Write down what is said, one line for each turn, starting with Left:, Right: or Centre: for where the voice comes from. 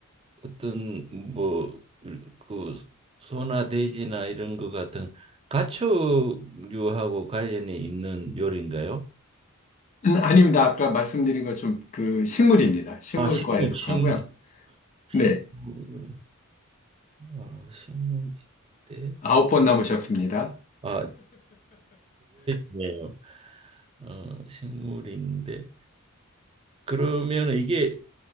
Right: 어떤 뭐그 소나 돼지나 이런 것 같은 가축류하고 관련이 있는 요리인가요?
Left: 음, 아닙니다. 아까 말씀드린 것좀 그, 식물입니다. 식물과에
Right: 아, 식물,
Left: 속하고요.
Right: 식물,
Left: 네,
Right: 식물, 아, 식물인데,
Left: 아홉 번 남으셨습니다.
Right: 아, 네요. 어, 식물인데 그러면 이게